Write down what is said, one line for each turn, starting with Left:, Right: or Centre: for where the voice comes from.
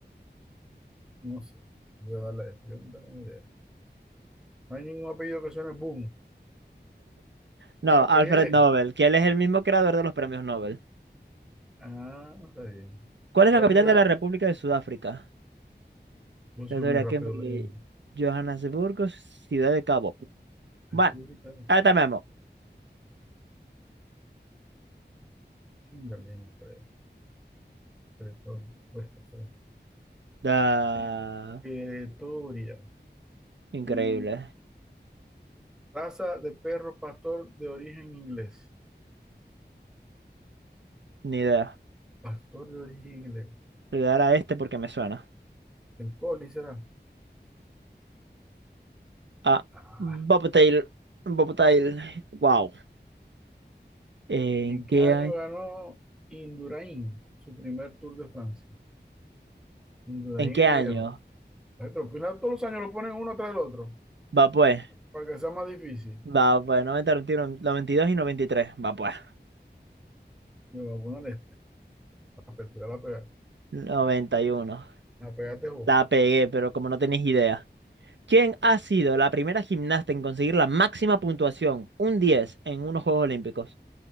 Centre: no sé. Voy a darle a este. Yo no tengo ni idea. No hay ningún apellido que suene boom.
Right: No,
Centre: La
Right: Alfred
Centre: pegué.
Right: Nobel, que él es el mismo creador de los premios Nobel.
Centre: Ah, está bien.
Right: ¿Cuál
Centre: ¿Cuál
Right: es la capital
Centre: es la?
Right: de la República de Sudáfrica?
Centre: Yo soy
Right: Pretoria,
Centre: muy rápido
Right: Kimberley,
Centre: leyendo.
Right: Johannesburgo, Ciudad de Cabo.
Centre: República.
Right: Bueno, ahí está Memo.
Centre: Kimberly, no creo. Bretón, Westeros,
Right: Da...
Centre: sí. Pretoria.
Right: Increíble.
Centre: Mm, Raza de perro pastor de origen inglés.
Right: Ni idea.
Centre: Pastor de origen inglés.
Right: Le voy a dar a este porque me suena.
Centre: El Collie será.
Right: Ah,
Centre: Ah.
Right: Bobtail. Bobtail. Wow. ¿En
Centre: ¿En qué
Right: qué
Centre: año
Right: año?
Centre: ganó Indurain su primer Tour de Francia? Indurain
Right: ¿En qué
Centre: es
Right: año?
Centre: viejo. Ay, pero al final todos los años lo ponen uno tras el otro
Right: Va pues.
Centre: para que sea más difícil.
Right: Va pues. 90, 91, 92 y dos y noventa y tres Va pues.
Centre: Le voy a poner este. A pertirar la pegar.
Right: noventa y uno
Centre: La pegaste vos.
Right: La pegué, pero como no tenéis idea. ¿Quién ha sido la primera gimnasta en conseguir la máxima puntuación, un 10 en unos Juegos Olímpicos?